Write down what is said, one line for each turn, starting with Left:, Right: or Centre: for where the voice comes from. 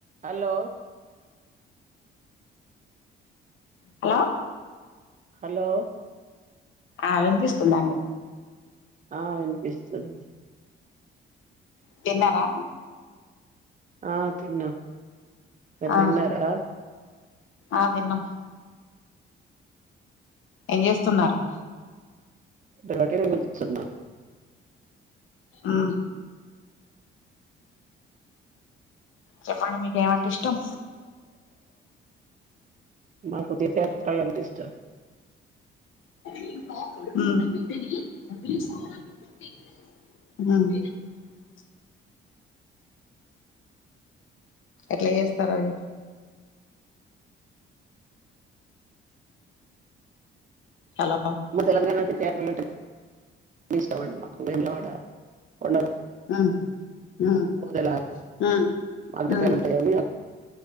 Right: hello
Left: hello
Right: hello
Left: ఆ వినిపిస్తుందా అండి
Right: ఆ వినిపిస్తుంది
Left: తీన్నారా
Right: ఆ తిన్నం మీరు
Left: ఆ
Right: తిన్నారా
Left: ఆ తిన్న ఏం చేస్తున్నారు
Right: ఉరికెనే కూర్చున్న
Left: ఆ చెప్పండి మీకేమంటే ఇష్టం
Right: మాకు అంటే ఇష్టం
Left: అ ఎట్లా చేస్తార అవి హలో
Right: తెలంగాణ సిష్ట మాకు మేలవాడ కొ
Left: మ్మ్ మ్మ్
Right: దలా
Left: మ్మ్
Right: మ
Left: మ్మ్
Right: క అ మ